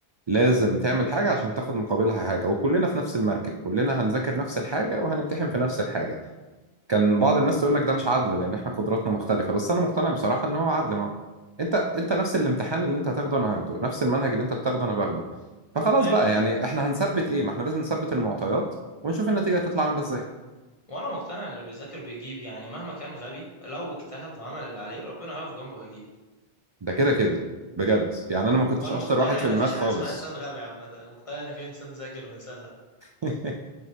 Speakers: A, on the right; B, on the left.
A: لازم تعمل حاجة عشان تاخد مقابلها حاجة وكلنا في نفس المركب كلنا هنذاكر نفس الحاجة وهنمتحن في نفس الحاجة كان بعض الناس تقول لك ده مش عدل لان احنا قدراتنا مختلفه بس انا مقتنع بصراحه ان هو عدل ما انت انت نفس الامتحان اللي انت هتاخده انا هاخده نفس المنهج اللي انت بتاخده انا باخده فخلاص
B: ايوه
A: بقى
B: بالظبط
A: يعني احنا هنثبت ايه ما احنا لازم نثبت المعطيات ونشوف النتيجه هتطلع عامله ازاي
B: وانا مقتنع ان اللي بيذاكر بيجيب يعني مهما كان غبي لو اجتهد وعمل اللي عليه ربنا هيقف جنبه هيجيب
A: ده كده كده بجد يعني انا ما كنتش
B: وانا
A: اشطر
B: مقتنع
A: واحد في
B: ان
A: الماث
B: مفيش حاجه
A: خالص
B: اسمها انسان غبي عامه أنا مقتنع ان في انسان ذاكر وانسان لا
A: <laughs>